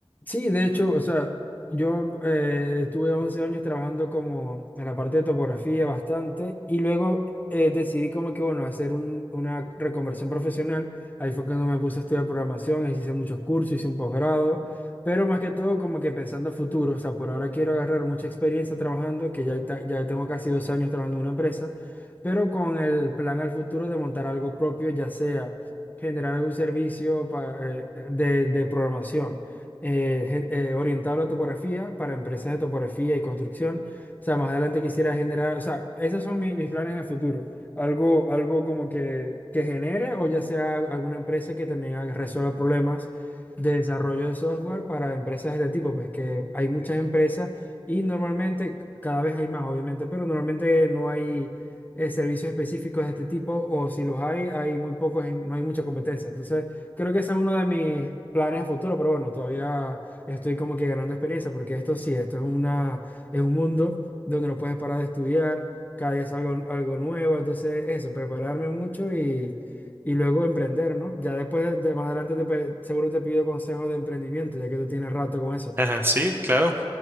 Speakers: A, on the left; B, on the right.
A: Sí, de hecho, o sea, yo eh, estuve 11 años trabajando como en la parte de topografía bastante y luego eh, decidí como que, bueno, hacer un- una reconversión profesional. Ahí fue cuando me puse a estudiar programación, ahí sí hice muchos cursos, hice un posgrado, pero más que todo como que pensando a futuro, o sea, por ahora quiero agarrar mucha experiencia trabajando, que ya, ta- ya tengo casi dos años trabajando en una empresa, pero con el plan al futuro de montar algo propio, ya sea generar algún servicio pa- eh, de de programación eh, gen- eh, orientado a la topografía para empresas de topografía y construcción. O sea, más adelante quisiera generar, o sea, esos son mi- mis planes en el futuro. Algo, algo como que, que genere o ya sea alguna empresa que también haga- resuelva problemas de desarrollo de software para empresas de este tipo, pues que hay muchas empresas y normalmente cada vez hay más, obviamente, pero normalmente no hay eh, servicios específicos de este tipo o si los hay, hay muy pocos, en- no hay mucha competencia. Entonces, Creo que ese es uno de mis planes a futuro, pero bueno, todavía estoy como que ganando experiencia, porque esto sí, esto es una, es un mundo donde no puedes parar de estudiar, cada día es algo, algo nuevo, entonces eso, prepararme mucho y, y luego emprender, ¿no? Ya después de, de más adelante te pe- seguro te pido consejos de emprendimiento, ya que tú tienes rato con eso.
B: Ajá, sí, claro.